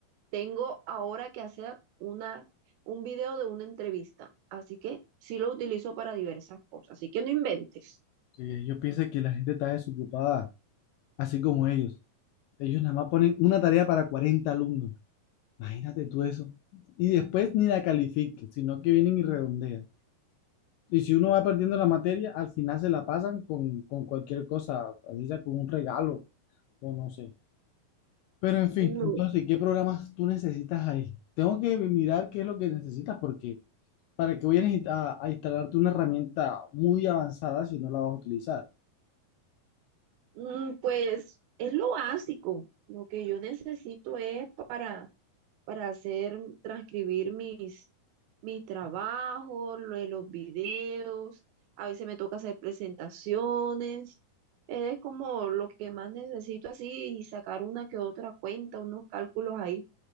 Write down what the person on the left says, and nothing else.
Sí, yo pienso que la gente está desocupada, así como ellos. Ellos nada más ponen una tarea para 40 alumnos. Imagínate tú eso. Y después ni la califiquen, sino que vienen y redondean. Y si uno va perdiendo la materia, al final se la pasan con, con cualquier cosa, así sea con un regalo o no sé. Pero en fin,
entonces, ¿qué programas tú necesitas ahí? Tengo que mirar qué es lo que necesitas porque ¿Para que vayas a, a instalarte una herramienta muy avanzada si no la vas a utilizar?